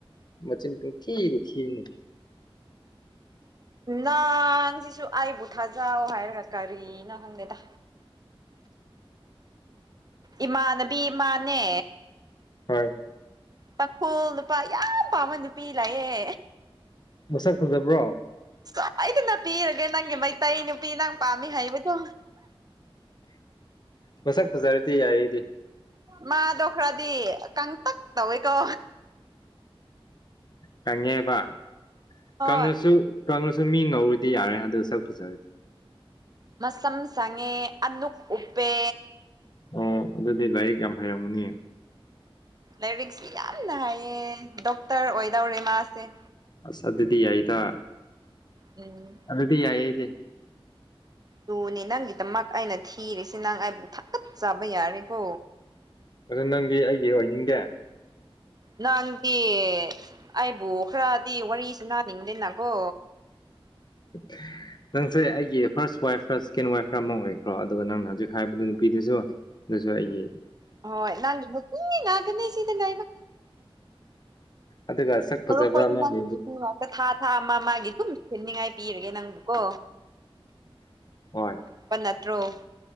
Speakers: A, on the left; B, on the right.
A: ꯃꯆꯤꯟ ꯄꯨꯡꯊꯤꯅ ꯊꯤꯔꯅꯤ
B: ꯅꯪ ꯁꯤꯁꯨ ꯑꯩꯕꯨ ꯊꯥꯖ ꯍꯥꯏꯔꯒ ꯀꯥꯔꯤꯅ ꯈꯪꯗꯦꯗ ꯏꯃꯥꯟꯅꯕꯤ ꯏꯃꯥꯅꯦ
A: ꯍꯣꯏ
B: ꯇꯥꯡꯈꯣꯜ ꯅꯨꯄꯥ ꯌꯥꯝ ꯄꯥꯝꯕ ꯅꯨꯄꯤ ꯂꯥꯛꯑꯦ
A: ꯃꯁꯛ ꯐꯖꯕ꯭ꯔꯣ
B: ꯁꯣꯏꯗꯅ ꯄꯤꯔꯒꯦ ꯅꯪꯒꯤ ꯃꯩꯇꯩ ꯅꯨꯄꯤ ꯅꯪ ꯄꯥꯝꯃꯤ ꯍꯥꯏꯕꯗꯨ
A: ꯃꯁꯛ ꯐꯖꯔꯗꯤ ꯌꯥꯏꯗꯤ
B: ꯃꯥꯗꯣ ꯈꯔꯗꯤ ꯀꯪꯇꯛ ꯇꯧꯋꯦꯀꯣ
A: ꯀꯪꯉꯦꯕ
B: ꯍꯣꯏ
A: ꯀꯪꯉꯁꯨ ꯀꯪꯉꯁꯨ ꯃꯤ ꯉꯧꯔꯗꯤ ꯌꯥꯔꯦ ꯑꯗꯨ ꯁꯛ ꯐꯖꯔꯗꯤ
B: ꯃꯁꯝ ꯁꯥꯡꯉꯦ ꯑꯅ‌ꯣꯛ ꯎꯞꯄꯦ
A: ꯑꯣ ꯑꯗꯨꯗꯤ ꯂꯥꯏꯔꯤꯛ ꯌꯥꯝ ꯍꯩꯔꯝꯃꯅꯤ
B: ꯂꯥꯏꯔꯤꯛꯁꯤ ꯌꯥꯝꯅ ꯍꯥꯏꯌꯦ ꯗꯣꯛꯇꯔ ꯑꯣꯏꯗꯧꯔꯦ ꯃꯥꯁꯦ
A: ꯑꯁ ꯑꯗꯨꯗꯤ ꯌꯥꯏꯗꯥ
B: ꯎꯝ
A: ꯑꯗꯨ ꯌꯥꯥꯏ ꯑꯩꯗꯤ
B: ꯇꯨꯅꯤ ꯅꯪꯒꯤꯗꯃꯛ ꯑꯩꯅ ꯊꯤꯔꯤꯁꯤ ꯅꯪ ꯑꯩꯕꯨ ꯊꯒꯠ ꯆꯥꯕ ꯌꯥꯔꯦꯀꯣ
A: ꯑꯗꯨ ꯅꯪꯗꯤ ꯑꯩꯒꯤ ꯑꯣꯏꯅꯤꯡꯗꯦ
B: ꯅꯪꯗꯤ ꯑꯩꯕꯨ ꯈꯔꯗꯤ ꯋꯥꯔꯤ ꯁꯥꯟꯅꯥꯅꯤꯡꯗꯦꯅꯀꯣ
A: <inaudible> ꯅꯪꯁꯦ ꯑꯩꯒꯤ ꯐꯥꯔꯁ ꯋꯥꯏꯐꯔ ꯁꯦꯀꯦꯟ ꯋꯥꯏꯐꯔ ꯑꯃ ꯑꯣꯏꯈ꯭ꯔꯣ ꯑꯗꯨꯒ ꯅꯪꯅ ꯍꯧꯖꯤꯛ ꯍꯥꯏꯕꯗꯨ ꯅꯨꯄꯤꯗꯨꯖꯨ ꯗꯨꯁꯨ ꯑꯩꯒꯤ
B: ꯍꯣꯏ ꯅꯪꯒꯤ ꯅꯨꯄꯤ ꯉꯥꯛꯇꯅ‌ꯦ ꯁꯤꯗ ꯂꯩꯔꯤꯕ
A: ꯑꯗꯨꯒ ꯁꯛ ꯐꯖꯕ
B: ꯃꯔꯨꯞ ꯈꯣꯏꯗꯤ
A: ꯑꯃ
B: ꯅꯪꯒꯤ
A: <inaudible>
B: ꯅꯨꯄꯤ ꯉꯥꯛꯇ ꯊꯥ ꯊꯥ ꯑꯃ ꯃꯥꯒꯤ ꯑꯗꯨꯝ ꯊꯤꯟꯅꯤꯡꯉꯥꯏ ꯄꯤꯔꯒꯦ ꯅꯪꯕꯨꯀꯣ
A: ꯍꯣꯏ
B: ꯄ ꯅꯠꯇ꯭ꯔꯣ